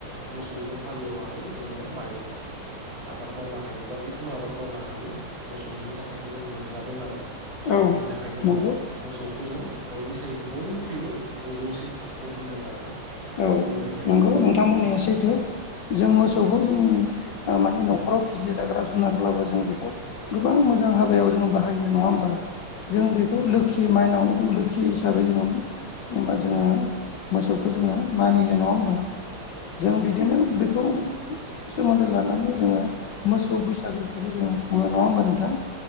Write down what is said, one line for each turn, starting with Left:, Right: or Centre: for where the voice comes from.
Right: मोसौजों हालेवनानै जोङो माइ आबाद मावनो हायो बा जिखुनु आबाद मावनो हायो मोसौनि थाखायनो जों मोनजादों आरो
Left: औ
Right: बेनि थाखायनो
Left: नंगौ
Right: जों मोसौ खौ जों बयनि बयनिख्रुइबो गोजौसिन थाखोआव दोनदों आरोना
Left: औ
Right: बेबायदि
Left: नंगौ
Right: नोंथां
Left: नोंथांमोननाया सैथो
Right: औ
Left: जों मोसौखौ जोंनि मानि न'खराव फिसि जाग्रा जुनारब्लाबो जों बेखौ गोबां मोजां हाबायाव जों बाहाय बाहायो नङा होमबा जों बेखौ
Right: नंगौ
Left: लोखि मायनाव फुखि हिसाबै जोङोा जोङो मोसौखौ जोङो मानियो न' जों बिदिनो बेखौ सोमोन्दो लानानै जोङो मोसौ बैसागोखौबो जोङो खुङो नङा होमबा नोंथां